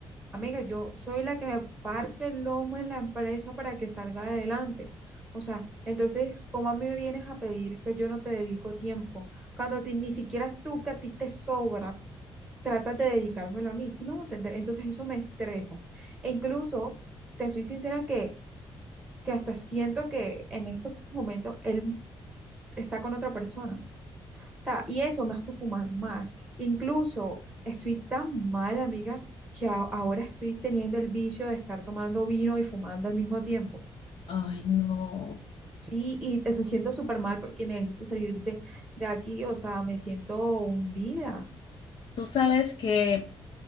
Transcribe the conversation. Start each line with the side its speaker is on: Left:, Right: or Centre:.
Centre: amiga, yo soy la que me parto el lomo en la empresa para que salga adelante. O sea, entonces, ¿cómo a mí me vienes a pedir que yo no te dedico tiempo cuando a ti- ni siquiera tú que a ti te sobra? tratas de dedicármelo a mí, ¿sí me voy a entender? Entonces eso me estresa. E incluso, te soy sincera que, que hasta siento que en estos momentos él está con otra persona. O sea, y eso me hace fumar más. Incluso estoy tan mal, amiga, que a- ahora estoy teniendo el vicio de estar tomando vino y fumando al mismo tiempo.
Left: Ay, no.
Centre: Sí, y me siento súper mal porque necesito salir de, de aquí, o sea, me siento hundida.
Left: Tú sabes que